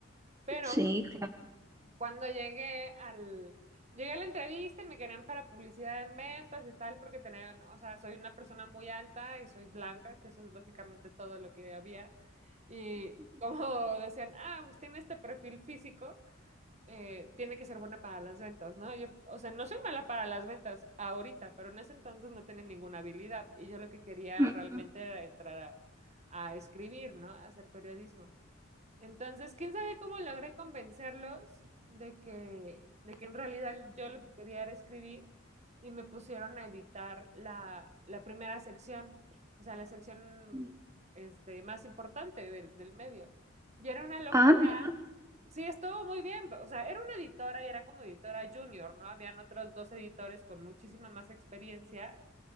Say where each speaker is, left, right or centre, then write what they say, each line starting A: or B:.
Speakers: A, on the right (about 35°); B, on the right (about 15°).
A: Pero
B: sí, claro.
A: cuando llegué al... Llegué a la entrevista y me querían para publicidad en ventas y tal, porque tenían, o sea, soy una persona muy alta y soy blanca, que eso es básicamente todo lo que había. Y como <laughs> decían, ah, pues tiene este perfil físico, eh, tiene que ser buena para las ventas, ¿no? Yo, o sea, no soy mala para las ventas ahorita, pero en ese entonces no tenía ninguna habilidad y yo lo que quería
B: Mm,
A: realmente era entrar a, a escribir, ¿no? A hacer periodismo. Entonces, quién sabe cómo logré convencerlos de que, de que en realidad yo lo que quería era escribir y me pusieron a editar la, la primera sección, o sea, la sección
B: mm.
A: este, más importante del, del medio. Y era una locura
B: Ah, mira.
A: Sí, estuvo muy bien. O sea, era una editora y era como editora junior, ¿no? Habían otros dos editores con muchísima más experiencia.